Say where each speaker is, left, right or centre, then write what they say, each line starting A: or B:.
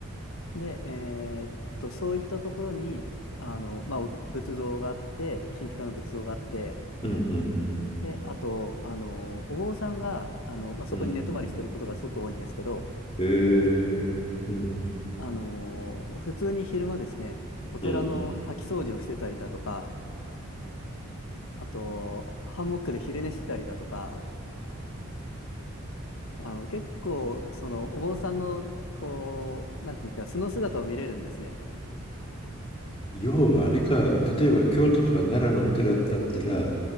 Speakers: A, on the left; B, on the left.
A: で、えーっと、そういったところに、あの、まあ、お仏像があって、金ピカの仏像があって、
B: うんうん
A: で、あと、あの、お坊さんが、あの、まあ、そこに寝泊まりしてることがすごく多いんですけど、
B: うんうんええうん
A: あの、普通に昼間ですね、お寺の掃き掃除をしてたりだとか、
B: うん
A: あと、ハンモックで昼寝してたりだとか、あの、結構、その、お坊さんの、こう、なんていうんですか、素の姿を見れるんですね。
B: 要はあれか、例えば京都とか奈良のお寺だったら、